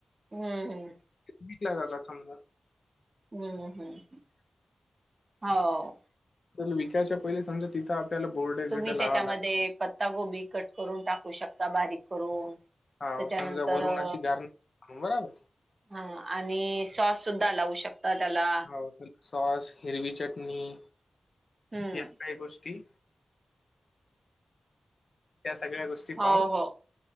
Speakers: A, on the right; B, on the left.
A: हम्म हम्म.
B: विकला जातात समजा
A: हम्म हम्म हो.
B: तुला विकायच्या पहिली समजा तिथं आपल्याला बोर्डे गिर्डे
A: तुम्ही
B: लावा
A: त्याच्यामध्ये
B: लाग
A: पत्ता गोबी कट करून टाकू शकता बारीक करून.
B: हाव
A: त्याच्यानंतर
B: समजा वरून
A: अ
B: अशी गारणी बराबर.
A: हा आणि सॉस सुद्धा लावू शकता त्याला.
B: हो त्याला सॉस, हिरवी चटणी
A: हम्म
B: या काय गोष्टी त्या सगळ्या गोष्टी
A: हो
B: पाहून
A: हो